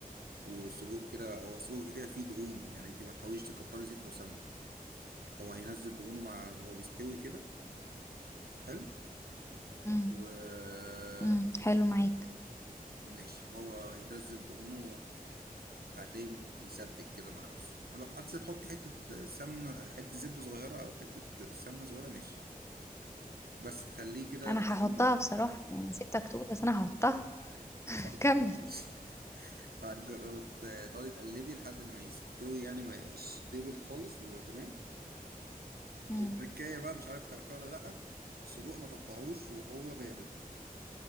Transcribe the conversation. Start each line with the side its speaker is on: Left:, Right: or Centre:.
Right: والسجق كده هو السجق كده كده فيه دهون يعني أنت ما تحاوليش تكتري زيت أو سمنة هو هينزل دهونه مع إن هو بيستوي كده حلو
Left: امم
Right: و
Left: امم حلو معاك
Right: ماشي هو هينزل دهونه وهتلاقيه مسبك كده مع نفسه لو عايز تحط حتة سمنة حتة زبدة صغيرة أو حتة سمنة صغيرة ماشي بس تخليه كده
Left: انا
Right: لحد
Left: هحطها
Right: ما
Left: بصراحة يعني سيبتك تقول بس انا هحطها <laughs>
Right: طيب
Left: كمل
Right: <laughs> ماشي وهتجربي ت- تقعدي تقلبي لحد ما يستوي يعني ما يبقاش دبل خالص ويبقى تمام
Left: امم
Right: والتركاية بقى مش عارف تعرفها ولا لأ السجق ما تقطعوش وهو بارد